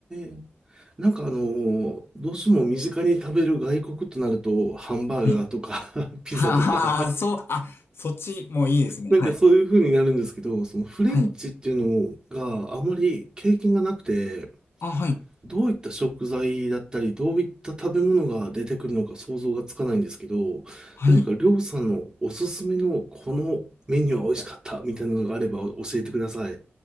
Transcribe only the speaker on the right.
え。なんかあのーどうしても身近に食べる外国となると、ハンバーガーとか
<laughs> ピザとか、
なんかそういう風になるんですけど、
そのフレンチっていうのがあまり経験がなくて、
どういった食材だったり、どういった食べ物が出てくるのか想像がつかないんですけど、
何かりょうさんのおすすめのこのメニューは美味しかったみたいなのがあれば教えてください。